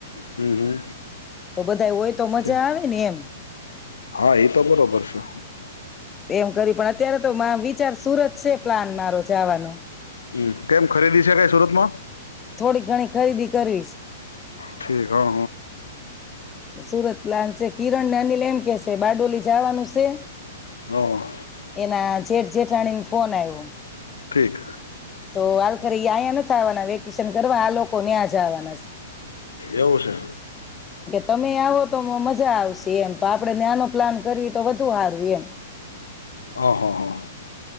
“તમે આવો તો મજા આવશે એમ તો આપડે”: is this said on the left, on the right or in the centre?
Left